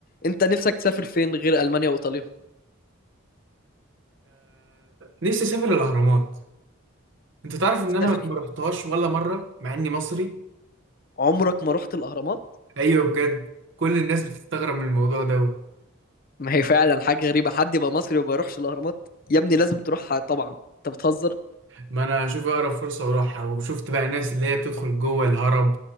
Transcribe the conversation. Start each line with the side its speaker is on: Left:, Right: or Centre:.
Left: انت نفسك تسافر فين غير المانيا وايطاليا
Right: نفسي اسافر الاهرامات انت تعرف ان
Left: تسافر
Right: انا ما رحتهاش ولا مرة مع اني مصري
Left: عمرك ما رحت الاهرامات
Right: ايوه بجد كل الناس بتستغرب من الموضوع ده
Left: ما هي فعلا حاجه غريبه حد يبقى مصري وما يروحش الاهرامات يا ابني لازم تروحها طبعا انت بتهزر
Right: ما انا اشوف اقرب فرصة واروحها وشفت بقى ناس اللي هي بتدخل جوه الهرم